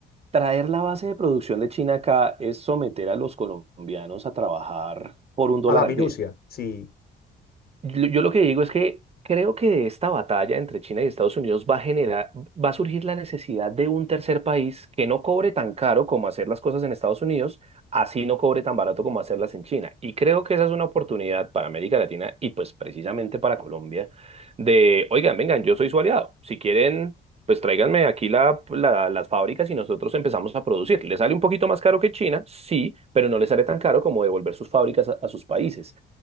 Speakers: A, on the right; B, on the left.
A: traer la base de producción de China acá es someter a los colombianos a trabajar por un dólar
B: A la
A: al
B: minucia,
A: día.
B: sí.
A: Yo, yo lo que digo es que creo que de esta batalla entre China y Estados Unidos va a generar, va a surgir la necesidad de un tercer país que no cobre tan caro como hacer las cosas en Estados Unidos, así no cobre tan barato como hacerlas en China. Y creo que esa es una oportunidad para América Latina y pues precisamente para Colombia de, oigan, vengan, yo soy su aliado. Si quieren, pues tráiganme aquí la, la- las fábricas y nosotros empezamos a producir. Le sale un poquito más caro que China, sí, pero no le sale tan caro como devolver sus fábricas a a sus países.